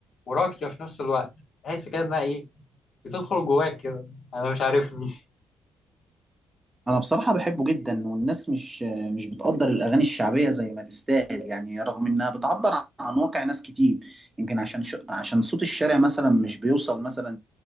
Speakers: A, on the left (about 55°); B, on the right (about 20°).
A: وراقية في نفس الوقت تحس كده إنها إيه بتدخل جواك كده أنا مش عارفني
B: انا بصراحة بحبه جدا والناس مش آه، مش بتقدر الاغاني الشعبية زي ما تستاهل يعني رغم انها بتعبر عن واقع ناس كتير يمكن عشان ش... عشان صوت الشارع مثلا مش بيوصل مثلا